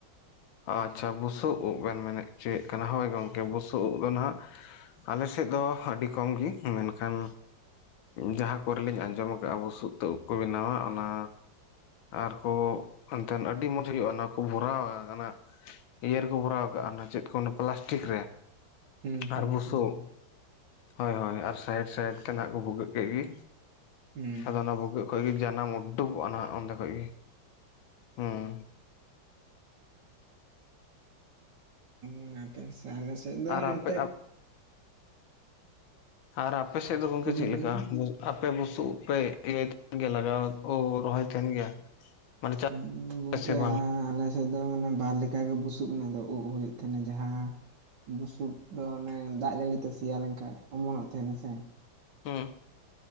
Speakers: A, on the left (about 80°); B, on the right (about 65°).
A: ᱟᱪᱪᱷᱟ ᱵᱩᱥᱩᱵ ᱩᱵ ᱵᱮᱱ ᱢᱮᱱᱮᱫ ᱦᱚᱪᱚᱭᱮᱫ ᱠᱟᱱᱟ ᱦᱳᱭ ᱜᱚᱝᱠᱮ ᱵᱩᱥᱩᱵ ᱩᱵ ᱫᱚ ᱱᱟᱦᱟᱸᱜᱼᱼ ᱟᱞᱮ ᱥᱮᱫ ᱫᱚ ᱟᱹᱰᱤ ᱠᱚᱢ ᱜᱤ, ᱢᱮᱱᱠᱷᱟᱱ, ᱡᱟᱦᱟᱸ ᱠᱚᱨᱮ ᱞᱤᱧ ᱟᱸᱡᱚᱢ ᱟᱠᱟᱼᱟ ᱵᱩᱥᱩᱵ ᱛᱮ ᱩᱵ ᱠᱚ ᱵᱮᱱᱟᱣᱟ᱾ ᱚᱱᱟ ᱟᱨᱠᱚᱸ ᱮᱱᱛᱮᱱ ᱟᱹᱰᱤ ᱢᱚᱸᱡᱽ ᱦᱩᱭᱩᱜᱼᱟ᱾ ᱚᱱᱟ ᱠᱚ ᱵᱷᱚᱨᱟᱣᱟ ᱚᱱᱟ ᱤᱭᱟᱹ ᱨᱮᱠᱚ ᱵᱷᱚᱨᱟᱣ ᱠᱟᱜᱼᱟ ᱚᱱᱟ ᱪᱮᱫ ᱠᱚ ᱚᱱᱟ <unintelligible> ᱯᱞᱟᱥᱴᱤᱠ ᱨᱮ
B: ᱦᱩᱸ ᱦᱩᱸ
A: ᱟᱨ ᱵᱩᱥᱩᱵ᱾
B: ᱦᱩᱸ
A: ᱦᱳᱭ ᱦᱳᱭ ᱟᱨ ᱥᱟᱭᱤᱰ ᱥᱟᱭᱤᱰ ᱛᱮ ᱱᱟᱦᱟᱜ ᱠᱚ ᱵᱷᱩᱜᱟᱹᱜ ᱠᱮᱫ ᱜᱮ᱾
B: ᱦᱩᱸ
A: ᱟᱫᱚ ᱚᱱᱟ ᱵᱷᱩᱜᱟᱹᱜ ᱠᱷᱚᱡ ᱜᱮ ᱡᱟᱱᱟᱢ ᱩᱰᱩᱠᱚᱜᱼᱟ ᱱᱟᱦᱟᱜ ᱚᱱᱟ ᱚᱸᱰᱮ ᱠᱷᱚᱡ ᱜᱮ ᱦᱩᱸ᱾
B: ᱚᱱᱟ ᱛᱮ ᱥᱮ ᱟᱞᱮ ᱥᱮᱫ ᱫᱚ
A: ᱟᱨ
B: ᱱᱚᱛᱮ
A: ᱟᱯᱮ ᱟᱨ ᱟᱯᱮ ᱥᱮᱫ ᱫᱚ ᱜᱚᱝᱠᱮ
B: ᱪᱮᱫ ᱵᱮᱱ
A: ᱪᱮ ᱞᱮᱠᱟ?
B: ᱞᱟᱹᱭᱫᱟ
A: ᱟᱯᱮ ᱵᱩᱥᱩᱵ ᱩᱵᱽ ᱯᱮ ᱤᱭᱟᱹᱭ ᱜᱮ ᱞᱟᱜᱟᱣ ᱳ ᱨᱚᱦᱚᱭ ᱛᱟᱦᱮᱸᱱ ᱜᱮᱭᱟ? ᱢᱟᱱᱮ ᱪᱟᱥ
B: <unintelligible> ᱜᱚᱝᱠᱮ
A: ᱥᱮ ᱵᱟᱝ
B: <unintelligible> ᱟᱞᱮ ᱥᱮᱫ ᱫᱚ ᱢᱟᱱᱮ ᱵᱟᱨ ᱞᱮᱠᱟ ᱜᱮ ᱵᱩᱥᱩᱵᱽ ᱨᱮᱱᱟᱜ ᱫᱚ ᱩᱵᱽ ᱦᱩᱭᱩᱜ ᱛᱟᱦᱮᱸᱱᱟ᱾ ᱡᱟᱦᱟᱸ ᱵᱩᱥᱩᱵ ᱫᱚ ᱚᱱᱮ ᱫᱟᱜ ᱡᱟᱹᱲᱤᱛᱮ ᱥᱮᱭᱟ ᱞᱮᱱᱠᱷᱟᱱ ᱚᱢᱚᱱᱚᱜ ᱛᱟᱦᱮᱱᱟ ᱥᱮ᱾
A: ᱦᱮᱸ᱾